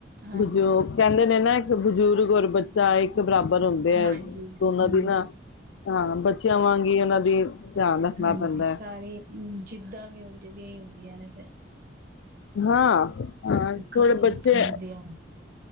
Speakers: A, on the right; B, on the left.
A: ਹਾਂਜੀ
B: ਦਾ ਜੌ ਕਹਿੰਦੇ ਨੇ ਨਾ ਬਜ਼ੁਰਗ ਔਰ ਬੱਚਾ ਇੱਕ ਬਰਾਬਰ ਹੁੰਦੇ ਹੈ
A: ਹਾਂਜੀ
B: ਦੋਨਾਂ
A: ਹੂੰ
B: ਦੀ ਨਾ
A: ।
B: ਹਾਂ ਬੱਚਿਆਂ ਵਾਂਗੀ ਉਹਨਾਂ ਦੀ ਧਿਆਨ ਰੱਖਣਾ
A: ਹਾਂਜੀ
B: ਪੈਂਦਾ
A: ਸਾਰੇ
B: ਹੈ
A: ਹੂੰ, ਜਿੱਦਾਂ ਵੀ ਉਝ ਦੀਆਂ ਹੀ ਹੁੰਦੀਆਂ ਨੇ
B: ਹਾਂ ਹਾਂ ਥੋੜੇ
A: ਖਾਣ-ਪੀਣ
B: ਬੱਚੇ
A: ਦੀਆਂ